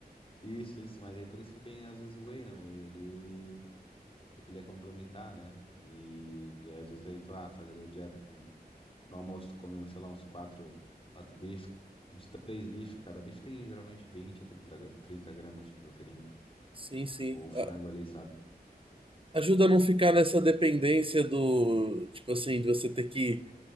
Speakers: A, on the left (about 35°); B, on the right (about 30°).
A: Isso, isso, mas aí por isso que vem às vezes o whey, né? O whey, ele. ele é complementar, né? E, e às vezes aí tu ah, faz ali a dieta com. No almoço tu come, sei lá, uns quatro, quatro bifes, uns três bifes. Cada bife tem geralmente 20 a 30 gra- 30 gramas de proteína.
B: Sim, sim.
A: Ou frango
B: A-
A: ali, sabe?
B: Ajuda a não ficar nessa dependência do, tipo assim, de você ter que.